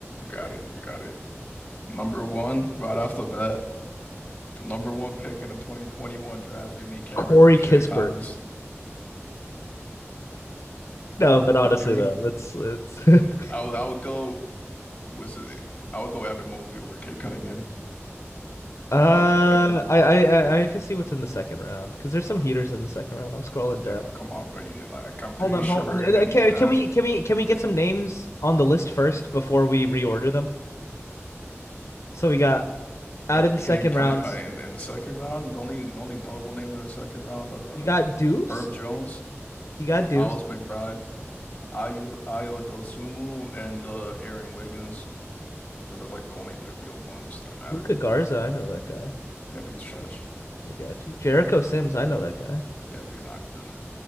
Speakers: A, on the left; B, on the left.
A: got it, you got it. Number one, right off the bat, the number one pick in the 2021 draft. Give me Cameron
B: Corey
A: Boucher
B: Kispert.
A: Thomas.
B: No, but honestly,
A: Give me.
B: though, let's let's. <laughs>
A: I would I would go. Who is it? I would go Evan Mobley over Cade Cunningham.
B: Uh,
A: I would go Evan Mobley
B: I I
A: over
B: I
A: Cade.
B: I need to see what's in the second round because there's some heaters in the second round. I'm scrolling down.
A: Yeah, but come on, bro. You need like I'm pretty
B: Hold on,
A: sure
B: hold on.
A: in
B: Uh,
A: any
B: uh, Can,
A: draft.
B: can we can we can we get some names on the list first before we reorder them? So we got
A: You
B: out
A: got
B: of the
A: Cade
B: second
A: Cunning
B: rounds,
A: uh, in in the second round. The only the only notable names in the second round are
B: you
A: uh,
B: got Deuce.
A: Herb Jones,
B: You got Deuce.
A: Miles McBride, Ayu Ayo Dosunmu, and uh, Aaron Wiggins. Those are like the only like real ones that matter.
B: Luca Garza, I know that guy.
A: Yeah, but he's trash.
B: I got you. Jericho Sims, I know that guy.
A: Yeah, but he's not good.